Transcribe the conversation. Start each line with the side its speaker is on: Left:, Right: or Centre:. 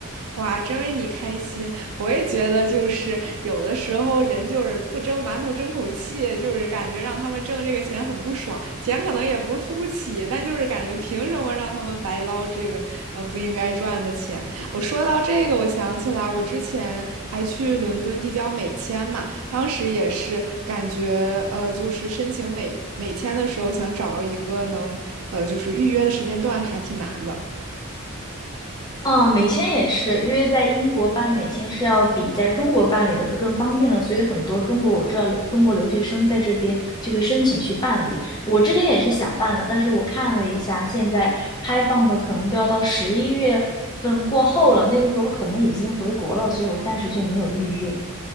Right: 哇，真为你开心！我也觉得，就是有的时候人就是不蒸馒头争口气，就是感觉让他们挣这个钱很不爽，钱可能也不是付不起，但就是感觉凭什么让他们白捞这个呃不应该赚的钱？我说到这个，我想起来我之前还去伦敦递交美签嘛，当时也是感觉呃就是申请美美签的时候，想找到一个能呃就是预约的时间段还挺难的。
Left: 啊，美签也是，因为在英国办美签是要比在中国办理的时候更方便的，所以很多中国我知道中国留学生在这边就会申请去办理。我之前也是想办的，但是我看了一下，现在开放的可能都要到十一月份过后了，那个时候我可能已经回国了，所以我暂时就没有预约。